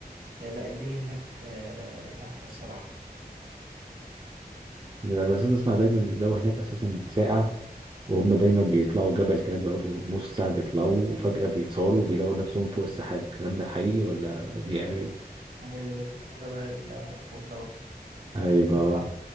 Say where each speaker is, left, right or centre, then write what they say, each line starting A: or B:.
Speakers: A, on the right; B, on the right.
A: آه، لا الدنيا هناك آه، تحفة الصراحة
B: انا لازم اسمع دايما الجو هناك اساسا ساقع وهم دايما بيطلعوا جبل كده بيقعدوا نص ساعه بيطلعوا وفجاه بيتصوروا وبيلاقوا نفسهم فوق السحاب الكلام ده حقيقي ولا بي...
A: جبل اسمه جبل الطويل أهو
B: ايوه
A: تطلع